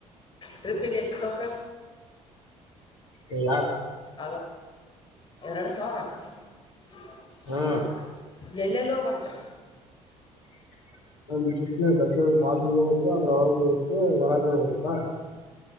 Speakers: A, on the left (about 30°); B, on the left (about 75°).
A: ಟ್ರಿಪ್ಪಿಗೆ ಎಷ್ಟು ಲಕ್ಕ
B: ಯ
A: ಆಗ ಎರಡು ಸಾವಿರ <inaudible>
B: ಹಾ
A: ಎಲ್ಲೆ ಲೋಬಕೊ
B: <inaudible> ನಮ ಪ್ನೆ ದಡ್ ಹ ಹೋಗತು ಅದ್ರಳ ಹತು ಹೊರ ಬರ್ ಹತ್ತಾ